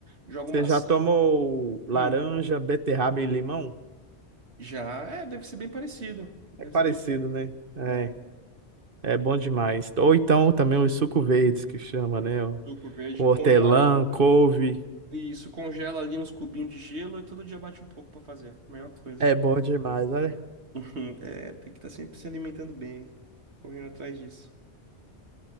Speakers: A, on the right; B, on the right.
A: Jogo
B: Você
A: maçã.
B: já tomou laranja,
A: Hum,
B: beterraba e limão?
A: já é, deve ser bem parecido. Deve
B: É parecido,
A: ser bem.
B: né? É,
A: É,
B: é bom demais. Ou então também os suco verdes que chama, né? ó,
A: suco verde
B: Com hortelã,
A: congeladinho.
B: couve.
A: Isso, congela ali nos cubinhos de gelo e todo dia bate um pouco pra fazer. Melhor coisa.
B: É bom demais, olha.
A: <laughs> É, tem que estar sempre se alimentando bem, correndo atrás disso.